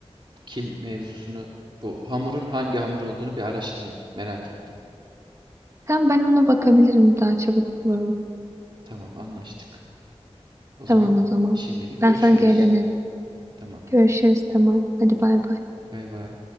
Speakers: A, on the right (about 50°); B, on the right (about 25°).
A: bu kil mevzusunu, bu hamurun hangi hamur olduğunu bir araştırayım. Merak ettim.
B: Tamam ben ona bakabilirim. Daha çabuk bulurum.
A: Tamam, anlaştık. O
B: Tamam
A: zaman
B: o zaman.
A: şimdilik
B: Ben
A: görüşürüz.
B: sana geri dönerim.
A: Tamam,
B: Görüşürüz tamam. Hadi bay bay.
A: bay bay.